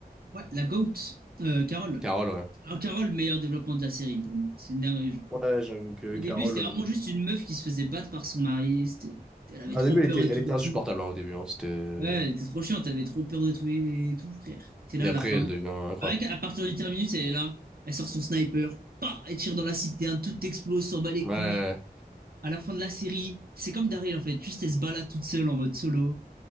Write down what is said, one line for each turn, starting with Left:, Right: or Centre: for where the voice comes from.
Right: Ouais, la GOAT. Euh, Carole.
Centre: Carole, ouais.
Right: Alors, Carole, meilleur développement de la série pour moi. C'est une dinguerie, genre.
Centre: Ouais, j'avoue que
Right: Au
Centre: Carole.
Right: début, c'était
Centre: euh,
Right: vraiment juste une meuf qui se faisait battre par son mari. C'était- Elle avait
Centre: bah,
Right: trop
Centre: au début,
Right: peur
Centre: elle était,
Right: et
Centre: elle
Right: tout
Centre: était
Right: de
Centre: insupportable,
Right: tout.
Centre: hein, au début. hein, c'était... euh,
Right: Ouais, elle était trop chiante, elle avait trop peur de tout et tout, frère. T'es là
Centre: Et après,
Right: à la fin.
Centre: elle devient incroyable.
Right: Pareil qu'à partir du terminus, elle est là. Elle sort son sniper. Pas, elle tire dans la citerne, tout explose, s'en bat les
Centre: Ouais.
Right: couilles.
Centre: ouais, ouais.
Right: À la fin de la série, c'est comme Daryl en fait. Juste elle se balade toute seule en mode solo.